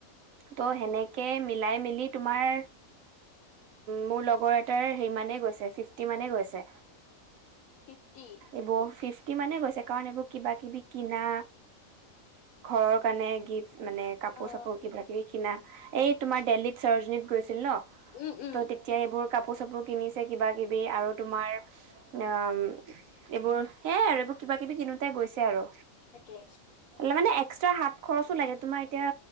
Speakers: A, on the right; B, on the left.
A: ত' সেনেকে মিলাই মিলি তোমাৰ মোৰ লগৰ এটাৰ সিমানে গৈছে ফিফটি মানে গৈছে।
B: ফিফটি
A: এইব ফিফ তিমানে গৈছে কাৰণ এইবোৰ কিবা কিবি কিনা, ঘৰৰ কাৰণে গিফ্ট মানে কাপোৰ
B: অ
A: চাপোৰ কিবা কিবি কিনা এই তোমাৰ ডেলহিত সৰজনীত গৈছিল ন। <unintelligible>
B: উম উম
A: ত' তেতিয়া এইবোৰ কাপ কাপোৰ চাপোৰ কিনিছে কিবাকিবি আৰু তোমাৰ <unintelligible> এইবোৰ, সেইয়াই আৰু এইবোৰ কিবা কিবি কিনোতে গৈছে আৰু।
B: তাকে।
A: মানে এক্সট্ৰা হাত খৰচো লাগে তোমাৰ এতিয়া